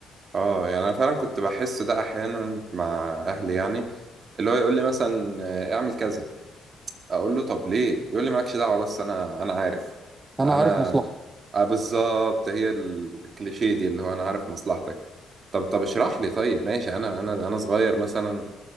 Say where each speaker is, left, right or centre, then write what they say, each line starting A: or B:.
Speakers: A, on the right; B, on the right.
A: آه يعني أنا فعلا كنت بحس ده أحيانا مع أهلي يعني اللي هو يقول لي مثلا آه، اعمل كذا اقول له طب ليه يقول لي مالكش دعوه بس انا انا عارف
B: انا
A: انا
B: عارف مصلحتك
A: آه بالظبط هي الكليشيه دي اللي هو انا عارف مصلحتك طب طب اشرح لي طيب ماشي انا انا انا صغير مثلا